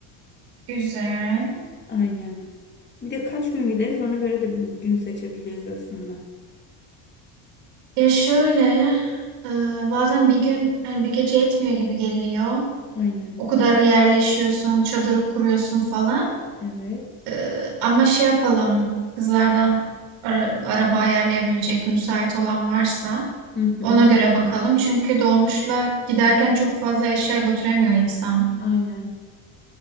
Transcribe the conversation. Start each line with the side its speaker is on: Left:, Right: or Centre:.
Right: Güzel.
Left: Aynen. Bir de kaç gün gideriz ona göre de gün seçebiliriz aslında.
Right: Ya şöyle, e, bazen bir gün yani bir gece yetmiyor gibi geliyor.
Left: Aynen.
Right: O kadar yerleşiyorsun, çadırı kuruyorsun falan.
Left: Evet.
Right: E, ama şey yapalım, kızlardan ara, araba ayarlayabilecek müsait olan varsa.
Left: Hı hı.
Right: Ona göre bakalım. Çünkü dolmuşla giderken çok fazla eşya götüremiyor insan.
Left: Aynen.